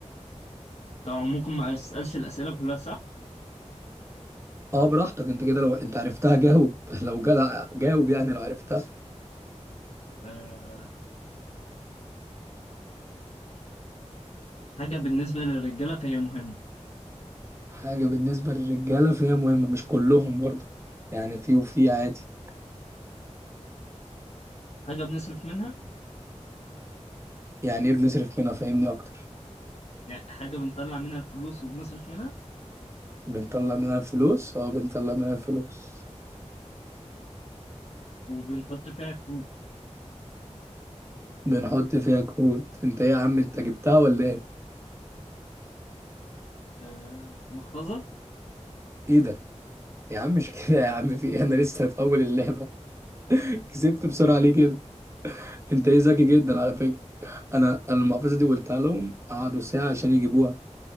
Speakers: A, on the left; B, on the right.
A: طبعا ممكن ما أسألش الأسئلة كلها صح
B: اه براحتك انت كده لو انت عرفتها جاوب <laughs> لو جدع جاوب يعني لو عرفتها
A: آه حاجة بالنسبة للرجالة فهي مهمة
B: حاجة بالنسبة للرجالة فهي مهمة مش كلهم برضه يعني في وفي عادي
A: حاجة بنصرف منها
B: يعني ايه بنصرف منها فاهمني اكتر
A: يعني حاجة بنطلع منها الفلوس وبنصرف منها
B: بنطلع منها الفلوس اه بنطلع منها الفلوس
A: وبنحط فيها كروت
B: بنحط فيها كروت انت ايه يا عم انت جبتها ولا ايه
A: آه محفظة
B: ايه ده يا عم مش <laughs> كده يا عم في ايه انا لسه في اول اللعبة <laughs> كسبت بسرعة ليه كده انت ايه ذكي جدا على فكرة انا انا المحفظة دي قلتها لهم قعدوا ساعة عشان يجيبوها